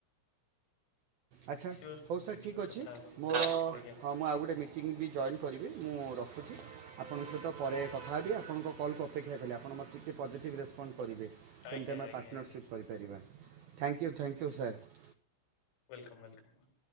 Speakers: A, on the right (about 75°); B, on the left (about 80°).
A: ଆଚ୍ଛା
B: ସିଓର
A: ହଉ ସାର୍
B: ଦେଖିବା
A: ଠିକ୍ ଅଛି
B: କଥା ହବା
A: ମୋର ହଁ
B: ଆଜ୍ଞା
A: ମୁଁ ଆଉ ଗୋଟେ ମିଟ୍ ମିଟିଙ୍ଗ୍ ବି ଜଏନ୍ କରିବି ମୁଁ ରଖୁଚି ଆପଣଙ୍କ ସହିତ ପରେ କଥା ହେବି ଆପଣଙ୍କ କଲ୍ କୁ ଅପେକ୍ଷା କଲି ଆପଣ ମୋତେ ଟିକେ ପଜିଟିଭ୍ ରେସ୍ପଣ୍ଡ୍ କରିବେ କେମିତି
B: ଆଜ୍ଞା
A: ଆମେ
B: ଆଜ୍ଞା
A: ପାର୍ଟନରସିପ୍
B: ଆଜ୍ଞା।
A: କରିପାରିବା thank you thank you sir.
B: Welcome- welcome.